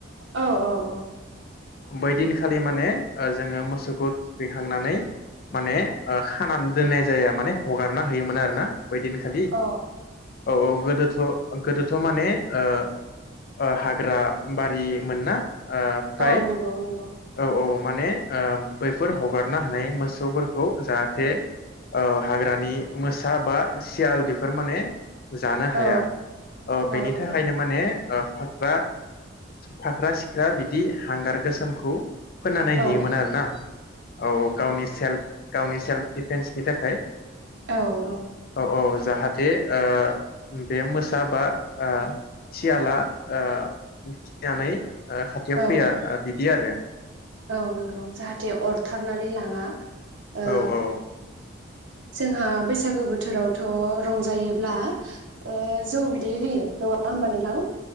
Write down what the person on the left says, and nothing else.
बैदिनखालि माने ओ जोङो मोसौखौ थुखैखांनानै माने ओखानान दोननाय जाया माने हगारना होयोमोन आरोना बै दिनखालि?
औ औ गोदोथ' गोदोथ' माने ओ ओ हाग्रा बारिमोन ना? ओ फ्राय
औ औ माने ओ बैफोर हगारना होनाय मोसौफोरखौ जाहाथे अ हाग्रानि मोसा बा सियाल बेफोर माने जानो
हाया अ बेनि
थाखायनो माने अ फाख्रा फाख्रा सिख्रा बिदि हांगार गोसोमखौ फोनानै
हैयोमोन आरोना औ गावनि सेल्फ गावनि सेल्फ डिफेन्सनि थाखाय
औ जाहाथे ओ बे मोसा बा ओ सियाला ओ थिनानै आ खाथियाव
फैया आदित दि आरो
औ औ।